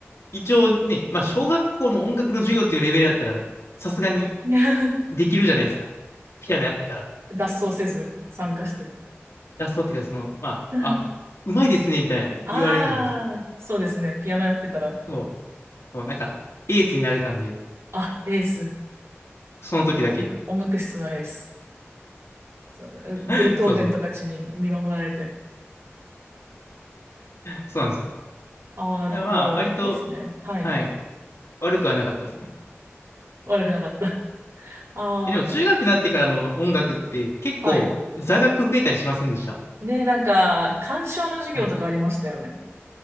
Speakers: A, on the left; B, on the right.
A: 一応ね、まあ、小学校の音楽の授業っていうレベルだったら、さすがに、
B: <laughs>
A: できるじゃないですか。ピアノやってたら。
B: 脱走せず参加してた。
A: ラストっていうか、その、まあ、
B: <laughs>
A: あ、うまいですね、みたいな言われるじゃないですか。
B: ああ、そうですね。ピアノやってたら、
A: そう。そう、なんか、エースになれたんで、
B: あ、エース。
A: その時だけ。
B: おお音楽室のエース。そうだベートーベンとかちに見守られて。
A: <laughs> そうそう。そうなんですよ。
B: ああ、なるほど。
A: だからまあ、割と、
B: いいですね。はい。
A: はい、悪くはなかったですね。
B: 悪くなかった。<laughs> ああ、
A: え、でも中学になってからの音楽って結構座学増えたりしませんでした。
B: はい。で、なんか、鑑賞の授業とかありましたよね。
A: はい。